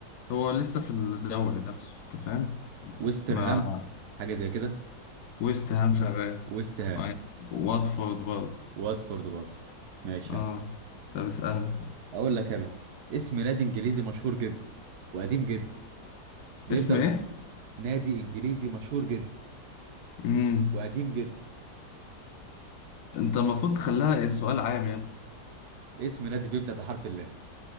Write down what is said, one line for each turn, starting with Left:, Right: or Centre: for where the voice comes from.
Left: هو لسه في الدوري نفسه انت فاهم
Right: ويسترهام
Left: مع
Right: حاجه زي كده
Left: ويست هام شغال
Right: ويست هام
Left: وع- واتفورد برضه
Right: واتفورد برضه ماشي
Left: اه
Right: يا عم
Left: ده بيسأل
Right: اقول لك انا اسم نادي انجليزي مشهور جدا وقديم جدا بيبدا
Left: اسم
Right: بح...
Left: ايه؟
Right: نادي انجليزي مشهور جدا
Left: مم.
Right: وقديم جدا
Left: انت المفروض تخليها سؤال عام يا ابني
Right: اسم نادي بيبدا بحرف اللام